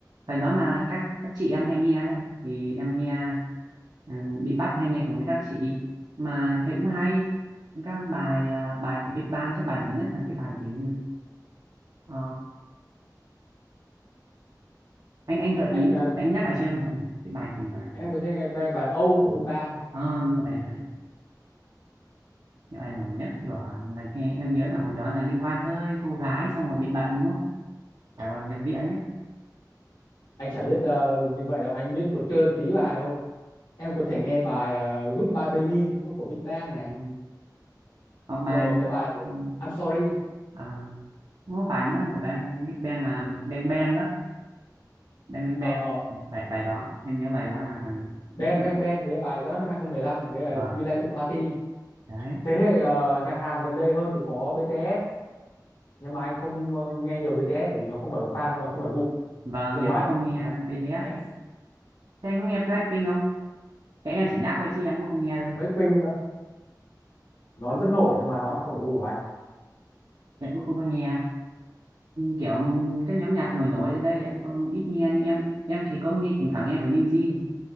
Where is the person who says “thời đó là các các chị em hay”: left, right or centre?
Right